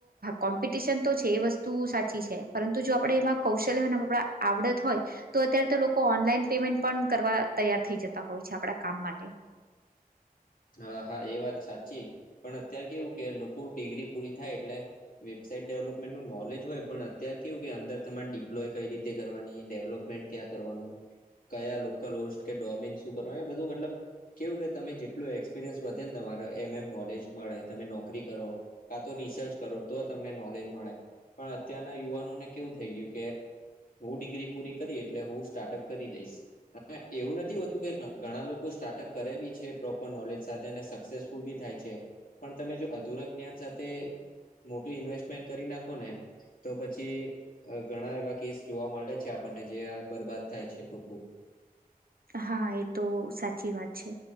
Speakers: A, on the right (about 75°); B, on the left (about 65°).
A: કોમ્પિટિશન તો છે એ વસ્તુ સાચી છે પરંતુ જો આપણેે એમાં કૌશલ્યને આપ આવડત હોય. તો અત્યારે તો લોકો ઓનલાઈન પેમેન્ટ પણ કરવા તૈયાર થઈ જતા હોય છે આપડા કામ માટે.
B: હા હા એ વાત સાચી પણ અત્યારે કેવું કે લોકો ડિગ્રી પૂરી થાય એટલે. વેબસાાઈટ ડેવલપમેન્ટ નું નોલેજ હોય પણ અત્યારે કેવું કે અંદર તમારે ડિપ્લોય કઈ રીતે કરવાની ડેવલપમેન્ટ. ક્યા કરવાનું કયા લોકલ હોસ્ટ કે ડોમિન શું કરવાનું એ બધું મતલબ કેવું કે તમે. એટલું એક્સપિરિયન્સ વધે ને તમારે એમ એમ નોલેજ મળે તમે નોકરી કરો. કા તો રિસર્ચ કરો તો તમને નોલેજ મળે પણ અત્યારના યુવાનોને કેવું થઈ ગયું કે. હું ડિગ્રી પૂરી કરી એટલે હું સ્ટાર્ટઅપ કરી દઈશ. એવું નથી હોતું કે ઘણા લોકો સ્ટાર્ટઅપ કરે બી છે પ્રો નોલેજ સાથે સક્સેસફુલ થાય છે પણ તમે જો અધુરા જ્ઞાન સાથે. મોટું ઇન્વેસ્ટમેન્ટ કરી નાખો ને. તો પછી ઘણા એવા કેસ જોવા મળે છે આપણને જે બરબાદ થાય છે લોકો.
A: હા એ તો સાચી વાત છે.